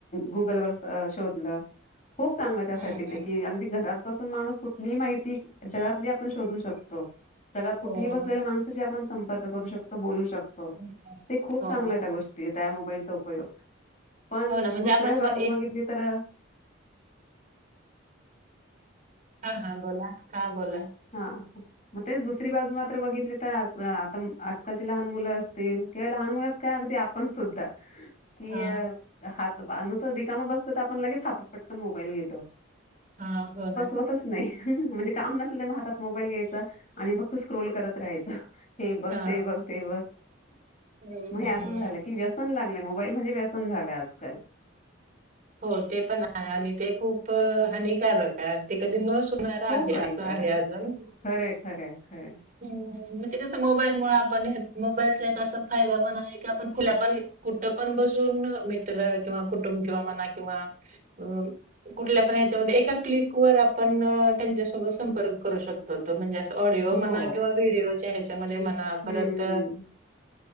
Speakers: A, on the left; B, on the right.
A: गुगल वर स- शोधल खूप चांगलं त्यासाठी
B: हम्म
A: ते, की अगदी घरात बसून माणूस कुठलीही माहिती, जगातली आपण शोधू शकतो. जगात कुठेही
B: हो
A: बसलेल्या
B: ना
A: माणसाची आपण संपर्क करू शकतो. बोलू शकतो.
B: हम्म.
A: - ते खूप
B: हो
A: चांगलं
B: ना
A: त्या गोष्टीत. त्या मोबाईलचा उपयोग पण
B: हो ना म्हणजे
A: दुसऱी
B: आपण
A: बाजू
B: एक
A: बघितली तर, -
B: हा हा बोला का बोला
A: हा मग तेच दुसरी बाजू मात्र बघितली तर, आ आता आजकालची लहान मुलं असतील, किंंवा, लहान मुलंच काय अगदी आपण सुद्धा की
B: हा
A: अ हात अनुसा रिकामा बस- तर आपण लगेच हातात, पटकन मोबाईल घेतो.
B: हा हो ना.
A: जमतचं
B: -
A: नाही, म्हणजे काम नसेल तेव्हा हातात मोबाईल घ्यायचा. आणि फक्त स्क्रोल करत राहायचं. - हे बघ,
B: हा
A: ते बघ, ते बघ,
B: हम्म
A: मग
B: हम्म
A: असं झालं की व्यसन लागलं. मोबाईल म्हणजे व्यसन झालं आजकाल.
B: हो ते पण आहे. आणि ते खूप हानिकारक आहे. ते कधी न सुटणार
A: खूप
B: आहे,
A: हानिकारक
B: असं आहे. अजून
A: खरंय खरंय खरंय
B: म्हणजे कसं मोबाईल मुळे आपण हे मोबाइलचा एक असा फायदा पण आहे की आपण खुल्या पण कुठं पण बसून मित्र किंवा कुटुंब किंवा मना किंवा अ -कुठल्या पण ह्याच्यामध्ये एका क्लिक वर आपण त्यांच्यासोबत संपर्क करू शकतो. तो म्हणजे अस ऑडिओ
A: हो
B: म्हणत किंवा विडिओच्या ह्याच्यामध्ये म्हणा
A: हम्म
B: परत